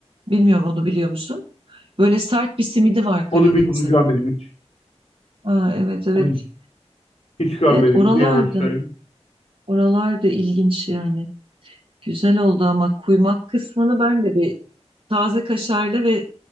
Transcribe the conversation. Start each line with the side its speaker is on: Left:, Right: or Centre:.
Right: Bilmiyorum onu biliyor musun? Böyle sert bir simidi var Karadeniz'in.
Left: Onu bir onu görmedim hiç.
Right: Ha, evet evet.
Left: Onu hiç, hiç görmedim.
Right: Evet oralarda.
Left: Ne yalan söyleyeyim.
Right: Oralar da ilginç yani. Güzel oldu ama kuymak kısmını ben de bir taze kaşarlı ve